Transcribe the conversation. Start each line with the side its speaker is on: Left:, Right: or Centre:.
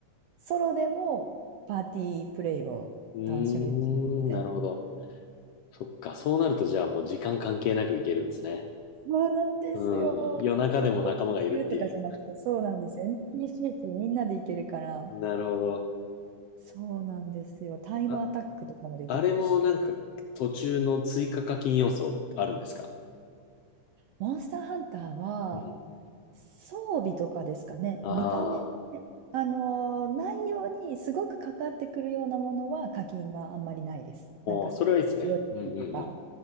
Right: ソロでもパーティープレイを楽しめるみたいな。
Left: うーん、なるほど。そっか、そうなるとじゃあもう時間関係なくいけるんですね。
Right: そうなんですよ。
Left: うん、夜中でも仲間がいるっていう。
Right: ちょっと行けるとかじゃなくて、そうなんですよ。NPC ってみんなで行けるから、
Left: <laughs> なるほど。
Right: そうなんですよ。タイムアタックとかもできるし。
Left: ああれもなんか途中の追加課金要素あるんですか
Right: モンスターハンターは、
Left: うん。
Right: 装備とかですかね。
Left: ああ、
Right: 見た目、あのー内容にすごくかかってくるようなものは課金があんまりないです。なんか、
Left: おー、
Right: すごい強い武器とか、
Left: それはいいですね。うんうんうん。